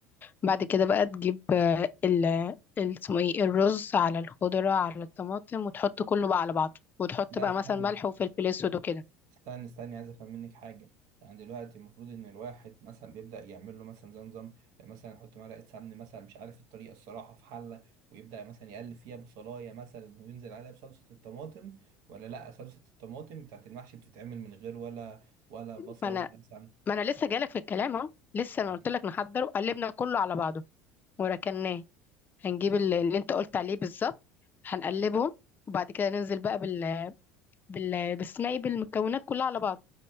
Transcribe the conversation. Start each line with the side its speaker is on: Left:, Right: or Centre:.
Left: بعد كده بقى تجيب آه، ال ال- اسمه ايه الرز على الخضرة على الطماطم وتحط كله بقى على بعضه وتحط
Right: لا
Left: بقى
Right: استني
Left: مثلا ملح وفلفل اسود وكده
Right: استنى استنى عايز افهم منك حاجه يعني دلوقتي المفروض ان الواحد مثلا بيبدا يعمل له مثلا زي نظام يعني مثلا يحط معلقه سمن مثلا مش عارف الطريقه الصراحه في حله ويبدا مثلا يقلب فيها بصلايه مثلا وينزل عليها بصلصه الطماطم ولا لا صلصه الطماطم بتاعت المحشي بتتعمل من غير ولا ولا بصل
Left: ما انا
Right: ولا سمن
Left: ما انا لسه جالك في الكلام اهو لسه
Right: ماشي
Left: ما قلت لك نحضره قلبنا كله على بعضه وركناه هنجيب ال- اللي انت قلت عليه بالظبط هنقلبهم وبعد كده ننزل بقى بال بال باسمها ايه بالمكونات كلها على بعض